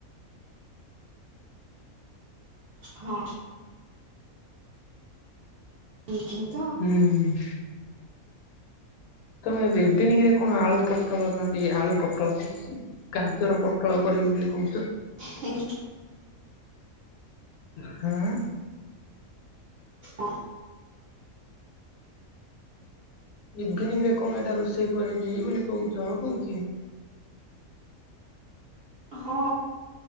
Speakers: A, on the right; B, on the left.
A: ହଁ। ହୁଁ ହୁଁ।
B: ହୁଁ। ତମେ ଏବେ ଇଭିନିଂ ରେ କଣ ଆଳୁ ପୋଟଳ ଆଳୁ ପୋଟଳ। ଗାଜର ପୋଟଳ କରିବି ବୋଲି କହୁଛ।
A: ହେ।
B: ହଁ।
A: ଅ।
B: ଇଭିନିଂ ରେ କଣ ଏଇଟା ରୋଷେଇ କରିବି ବୋଲି କହୁଛ କହୁଛି।
A: ହଁ